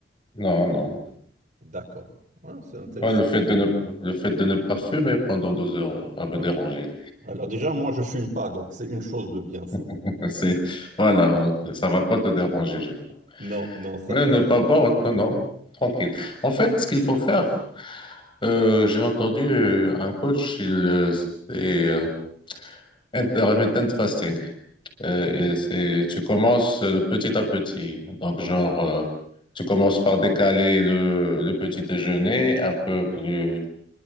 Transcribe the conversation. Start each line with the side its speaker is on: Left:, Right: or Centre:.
Left: Non, non.
Right: D'accord. Ah, c'est intéressant.
Left: Moi, le fait de ne, le fait de ne pas fumer pendant 12 heures va me
Right: Ouais.
Left: déranger.
Right: Alors déjà, moi, je fume pas, donc c'est une chose de bien, ça.
Left: <laughs> C'est, voilà, ça va pas te déranger, je crois.
Right: Non, non, ça
Left: Mais
Right: va.
Left: ne
Right: t'as-
Left: pas boire, non, non, tranquille. En fait, ce qu'il faut faire, euh, j'ai entendu euh, un coach, il, euh, c'était euh, intermittent fasting. Euh, et c'est, tu commences euh, petit à petit. Donc, genre, euh, tu commences par décaler le, le petit déjeuner un peu plus.